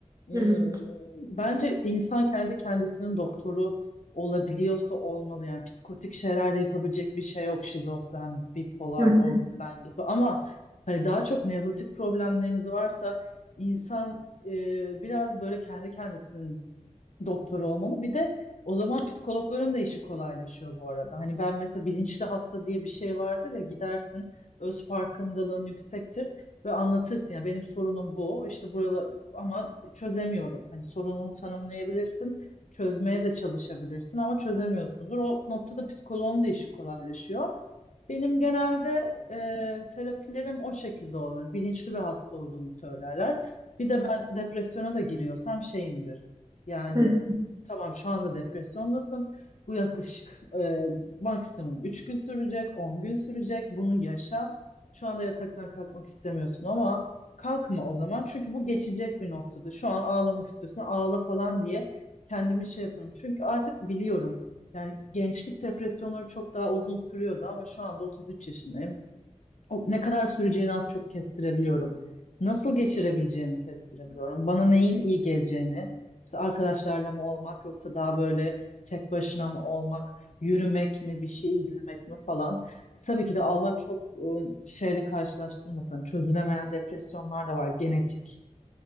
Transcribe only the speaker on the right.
Evet.
<laughs>
Evet,